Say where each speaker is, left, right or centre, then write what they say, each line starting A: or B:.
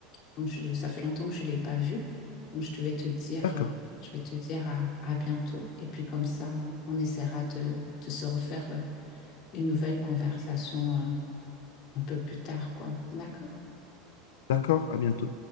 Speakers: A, on the left; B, on the left.
A: Donc je- ça fait longtemps que je ne l'ai pas vue. Donc je devais te dire,
B: D'accord,
A: euh, je vais te dire à, à bientôt. Et puis comme ça, on essaiera de, de se refaire euh, une nouvelle conversation. euh, un peu plus tard, quoi. D'accord?
B: d'accord, à bientôt.